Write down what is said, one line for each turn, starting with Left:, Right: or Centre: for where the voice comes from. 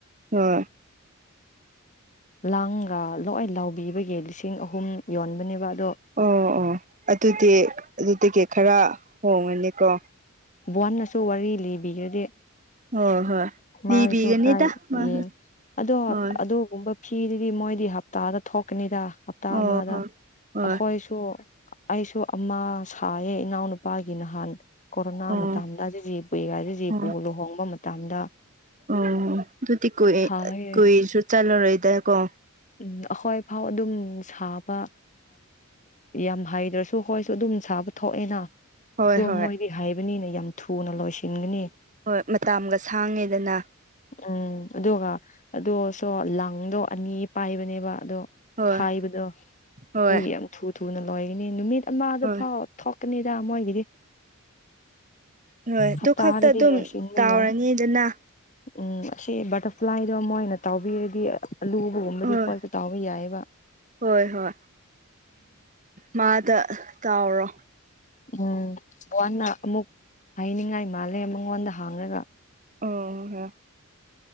Right: ꯍ
Left: ꯂꯥꯡꯒ ꯂꯣꯏ ꯂꯥꯎꯕꯤꯕꯒꯤ ꯂꯤꯁꯤꯡ ꯑꯍꯨꯝ ꯌꯣꯟꯕꯅꯦꯕ ꯑꯗꯣ
Right: ꯑꯣ ꯑꯣ ꯑꯗꯨꯗꯤ ꯑꯗꯨ ꯇꯤꯀꯦꯠ ꯈꯔ ꯍꯣꯡꯉꯅꯤꯀꯣ
Left: ꯕꯣꯟꯅꯁꯨ ꯋꯥꯔꯤ ꯂꯤꯕꯤꯈ꯭ꯔꯗꯤ
Right: ꯍꯣꯏ ꯍꯣꯏ
Left: ꯃꯥꯒꯤꯁꯨ
Right: ꯂꯤꯕꯤꯒꯅꯤꯗ
Left: ꯈꯔ
Right: ꯃꯥꯁꯨ
Left: ꯌꯦꯡꯉ ꯑꯗꯣ
Right: ꯍꯣꯏ
Left: ꯑꯗꯨꯒꯨꯝꯕ ꯐꯤꯗꯨꯗꯤ ꯃꯣꯏꯗꯤ ꯍꯞꯇꯥꯗ ꯊꯣꯛꯀꯅꯤꯗ ꯍꯞꯇꯥ
Right: ꯑꯣ
Left: ꯑꯃꯗ
Right: ꯍꯣꯏ ꯍꯣꯏ
Left: ꯑꯩꯈꯣꯏ ꯁꯨ ꯑꯩꯁꯨ ꯑꯃ ꯁꯥꯏꯌꯦ ꯏꯅꯥꯎꯅꯨꯄꯥꯒꯤ ꯅꯍꯥꯟ ꯀꯣꯔꯣꯅꯥ
Right: ꯑꯣ
Left: ꯃꯇꯝꯗ ꯍꯧꯖꯤꯖꯤꯏꯖꯤ
Right: ꯑꯣ
Left: ꯂꯨꯍꯣꯡꯕ ꯃꯇꯝꯗ
Right: ꯑꯣ ꯑꯗꯨꯗꯤ ꯀꯨ
Left: ꯁꯥꯏꯌꯦ
Right: ꯀꯨꯏꯔꯁꯨ ꯆꯜꯂꯔꯣꯏꯗ ꯀꯣ
Left: ꯎꯝ ꯑꯩꯈꯣꯏꯐꯥꯎ ꯑꯗꯨꯝ ꯁꯥꯕ ꯌꯥꯝ ꯍꯩꯗ꯭ꯔꯁꯨ ꯍꯣꯏꯁꯨ ꯑꯗꯨꯝ ꯁꯥꯕ ꯊꯣꯛꯑꯦꯅ
Right: ꯍꯣꯏ
Left: ꯑꯗꯣ
Right: ꯍꯣꯏ
Left: ꯃꯣꯏꯗꯤ ꯍꯥꯏꯕꯅꯤꯅ ꯌꯥꯝ ꯊꯨꯅ ꯂꯣꯏꯁꯤꯟꯒꯅꯤ
Right: ꯍꯣꯏ ꯃꯇꯥꯒ ꯁꯥꯡꯉꯦꯗꯅ
Left: ꯎꯝ ꯑꯗꯨꯒ ꯑꯗꯨꯣꯁꯨꯣ ꯂꯪꯗꯣ ꯑꯅꯤ ꯄꯥꯏꯕꯅꯦꯕ ꯑꯗꯣ
Right: ꯍꯣꯏ
Left: ꯐꯥꯏꯕꯗꯣ
Right: ꯍꯣꯏ
Left: ꯑꯗꯨꯒꯤ ꯌꯥꯝ ꯊꯨ ꯊꯨꯅ ꯂꯣꯏꯒꯅꯤ ꯅꯨꯃꯤꯠ ꯑꯃꯗ
Right: ꯍꯣꯏ
Left: ꯐꯥꯎ ꯊꯣꯛꯅꯤꯗꯥ ꯃꯣꯏꯒꯤꯗꯤ
Right: ꯍꯣꯏ ꯑꯗꯨ
Left: ꯍꯞꯇꯥꯗꯗꯤ
Right: ꯈꯛꯇ ꯑꯗꯨꯝ
Left: ꯂꯣꯏ ꯁꯤꯟꯕ
Right: ꯇꯥꯎꯔꯅꯤꯗꯅ
Left: ꯌꯥꯏ ꯎꯝ ꯑꯁꯤ ꯕꯇꯔꯐ꯭ꯂꯥꯏꯗꯣ ꯃ‌ꯣꯏꯅ ꯇꯥꯎꯕꯤꯔꯗꯤ ꯑꯂꯨꯕꯒꯨꯝꯕ
Right: ꯍꯣꯏ
Left: ꯗꯤ ꯈ꯭ꯋꯥꯏꯁꯨ ꯇꯥꯎꯕ ꯌꯥꯏ ꯌ‌ꯦꯕ
Right: ꯍꯣꯏ ꯍꯣꯏ ꯃꯥꯗ ꯇꯥꯎꯔꯣ
Left: ꯎꯝ ꯋꯥꯟꯅ ꯑꯃꯨꯛ ꯍꯥꯏꯅꯤꯡꯉꯥꯏ ꯃꯥꯜꯂꯦ ꯃꯉꯣꯟꯗ ꯍꯥꯡꯔꯒ
Right: <unintelligible>